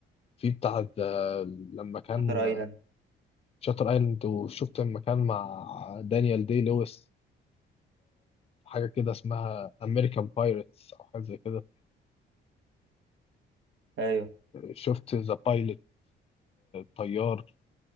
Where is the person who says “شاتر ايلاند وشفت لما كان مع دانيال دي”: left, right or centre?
Left